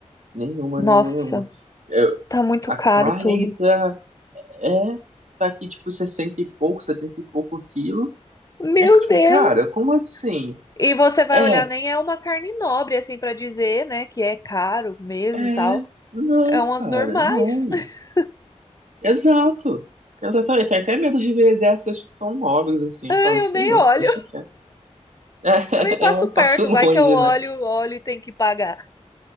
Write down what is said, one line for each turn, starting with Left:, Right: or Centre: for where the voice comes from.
Right: Nenhuma,
Left: Nossa,
Right: nenhuma, nenhuma. Eu-
Left: tá muito
Right: a
Left: caro
Right: carne
Left: tudo.
Right: tá É, tá aqui tipo 60 e pouco, 70 e pouco quilo.
Left: Meu
Right: E eu fico tipo,
Left: Deus!
Right: cara, como assim?
Left: E você vai
Right: É,
Left: olhar, nem é uma carne nobre, assim, pra dizer, né, que é caro mesmo,
Right: é,
Left: e tal.
Right: não,
Left: É umas
Right: cara,
Left: normais.
Right: não.
Left: <laughs>
Right: Exato. Exatamente. Tenho até medo de ver dessas que são nobres, assim.
Left: Ai,
Right: Falo, senhor,
Left: eu nem olho.
Right: deixa quieto. <laughs>
Left: Eu nem passo
Right: É, é, um passo
Left: perto,
Right: longe,
Left: vai que eu olho,
Right: né?
Left: olho e tem que pagar.